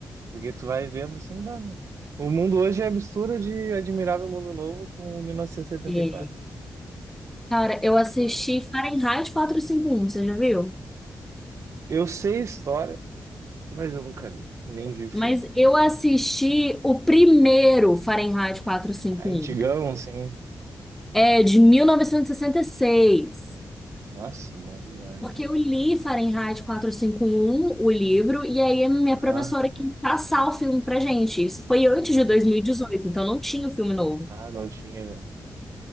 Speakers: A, on the right; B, in the centre.
A: Porque tu vai vendo assim, bah, né? O mundo hoje é a mistura de Admirável Mundo Novo com 1974.
B: É. Cara, eu assisti
A: Tipo,
B: Fahrenheit 451, você já viu?
A: eu sei a história, mas eu nunca li, e nem vi o filme.
B: Mas eu assisti o primeiro Fahrenheit 451.
A: Ah, antigão, assim.
B: É de 1966.
A: Nossa, bom demais.
B: Porque eu li Fahrenheit 451, o livro, e aí a minha
A: Aham.
B: professora quis passar o filme pra gente. Isso foi antes
A: uhum.
B: de 2018, então não tinha o filme novo.
A: Ah, não tinha já.